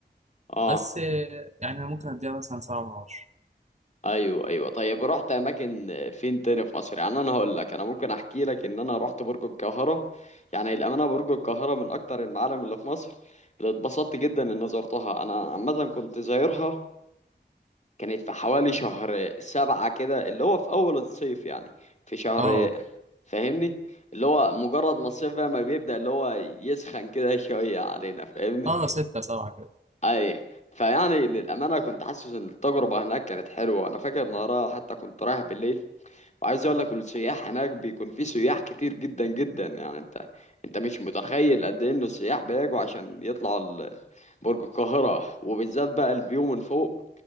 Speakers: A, on the left; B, on the right.
A: اه
B: بس آه، يعني أنا ممكن أديها مثلا سبعة من عشرة
A: ايوه ايوه طيب رحت اماكن فين تاني في مصر يعني انا هقول لك انا ممكن احكي لك ان انا رحت برج القاهره يعني الامانه برج القاهره من اكتر المعالم اللي في مصر اللي اتبسطت جدا ان زرتها انا عامه كنت زايرها كانت في حوالي شهر سبعة كده اللي هو في أول الصيف يعني في شهر
B: اه
A: فاهمني اللي هو مجرد ما الصيف بقى ما بيبدأ اللي هو يسخن كده <laughs> شوية علينا فاهمني
B: اه ستة سبعة كده
A: أي فيعني للأمانة كنت حاسس إن التجربة هناك كانت حلوة أنا فاكر إن وراها حتى كنت رايح بالليل وعايز اقول لك السياح هناك بيكون في سياح كتير جدا جدا يعني انت انت مش متخيل قد ايه ان السياح بيجوا عشان يطلعوا ال- برج القاهرة وبالذات بقى الفيو من فوق